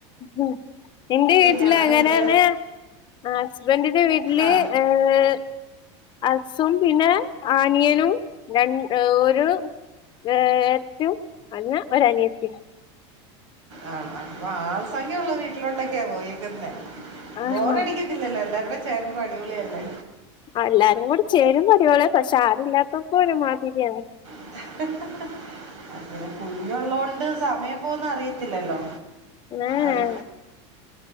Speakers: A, on the left (about 30°); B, on the right (about 90°).
A: ഉം എന്റെ വീട്ടില്
B: ഞാനുണ്ട്
A: അങ്ങനാണ് ഹസ്ബൻഡിന്റെ വീട്ടില്
B: ആ
A: ഏഹ് ഹസ്സും പിന്നെ ആനിയനും രണ്ട് ഒരു ഏറ്റവും അല്ല ഒരു അനിയത്തിയും
B: ആഹ് ആഹ് അപ്പൊ ആൾ സംഖ്യ ഉള്ള വീട്ടിലോട്ടൊക്കെയാ പോയേക്കുന്നെ
A: ആഹ്
B: ബോറടിക്ക ടിക്കത്തില്ലല്ലോ എല്ലാരും ചേരുമ്പോൾ അടിപൊളിയല്ലേ
A: ആഹ് എല്ലാരും കൂടി ചേരുമ്പോ അടിപൊളിയാണ് പക്ഷെ ആരുല്ലാത്തപ്പൊ ഒരുമാതിരിയാണ്
B: ഹ ഹ ഹ ഹ പിന്നെ കുഞ്ഞുള്ളോണ്ട് സമയം പോന്നെ അറിയത്തില്ലല്ലോ
A: ഏഹ്
B: ആഹ്